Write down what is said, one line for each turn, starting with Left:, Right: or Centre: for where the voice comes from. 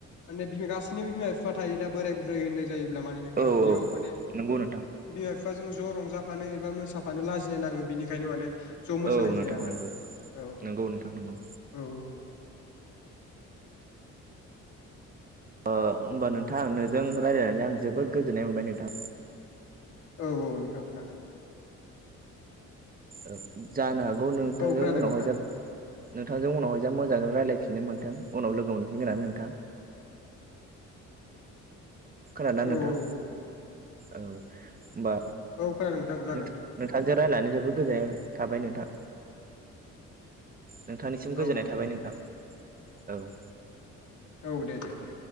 Left: माने बि गासैनिबो बिमा बिफा थायोना बोराय बुरै होनो जायोब्ला म नोंथां
Right: औ
Left: बेयाव
Right: औ
Left: मान
Right: नंगौ नोंथां
Left: बिफाजों ज' रंजाफानो एबा मोसाफानो लाजिनाय नाङो बिनिखायनो माने ज' मोसानाय
Right: औ नोंथां
Left: जाया माने
Right: नंगौ
Left: औ
Right: नंगौ नोंथां नंगौ
Left: औ औ
Right: अ होमबा नोंथां नोंजों रालायनानै आं जोबोद गोजोननाय मोनबाय नोंथां
Left: औ औ नोंथां खोनादों।
Right: ओ जानो हागौ नोंथांजों
Left: औ खोनादों
Right: उनावहाय
Left: नोंथां
Right: जा नोंथांजों उनावहाय जा मोजां रायलायफिननो मोन्थों उनाव लोगो मोनफिनगोन होननानै नोंथां। खोनादोंना
Left: औ
Right: नोंथां
Left: औ औ।
Right: औ होमबा
Left: औ खोनादों जागोन
Right: नोंथां
Left: दे
Right: नोंथांजों रायलायनानै जोबोद गोजाननाय थाबाय नोंथां। नोंथांनिसिम
Left: औ
Right: गोजोननाय
Left: औ दे
Right: थाबाय
Left: दे
Right: नोंथां
Left: दे
Right: औ।
Left: औ दे दे दे।